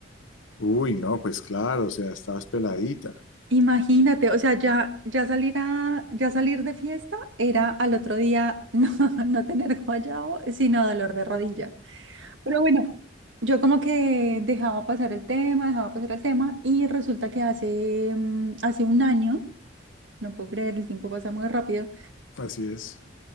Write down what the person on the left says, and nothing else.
Uy, no, pues claro, o sea, estabas peladita.
Así es.